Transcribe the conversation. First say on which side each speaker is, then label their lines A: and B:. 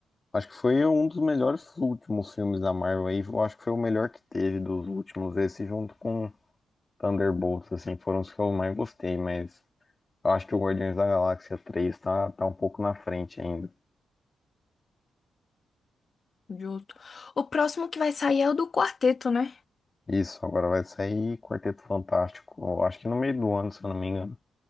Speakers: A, on the left; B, on the left.
A: Acho que foi um dos melhores últimos filmes da Marvel aí. Eu acho que foi o melhor que teve dos últimos. Esse junto com Thunderbolts, assim, foram os que eu mais gostei, mas. Eu acho que o Guardiões da Galáxia 3 tá, tá um pouco na frente ainda.
B: Justo. O próximo que vai sair é o do quarteto, né?
A: Isso, agora vai sair Quarteto Fantástico, eu acho que no meio do ano, se eu não me engano.